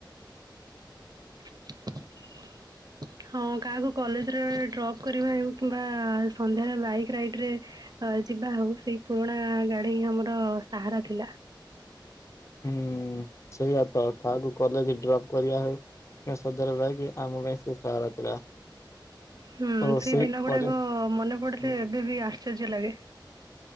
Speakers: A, on the right; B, on the left.
A: <inaudible> ହଁ କାହାକୁ କଲେଜରେ ଡ୍ରପ କରିବା ହେଉ କିମ୍ବା ସନ୍ଧ୍ୟାରେ ବାଇକ୍ ରାଇଡ ରେ ଅ ଯିବା ହଉ ସେଇ ପୁରୁଣା ଗାଡି ହି ଆମର ସାହାରା ଥିଲା।
B: ହୁଁ ସେଇଆ ତ ତାହାକୁ କଲେଜ ଡ୍ରପ୍ କରିବା ହେ ସଧରେ ବାଇକି ଆମ ପାଇଁ ସେ ସହାରା ଥିଲା।
A: ହୁଁ
B: ଓ
A: ସେଇ ଦିନ ଗୁଡାକ
B: ପରେ
A: ମନେ ପଡିଲେ
B: ହୁଁ।
A: ଏବେ ବି ଆଶ୍ଚର୍ଯ୍ୟ ଲାଗେ।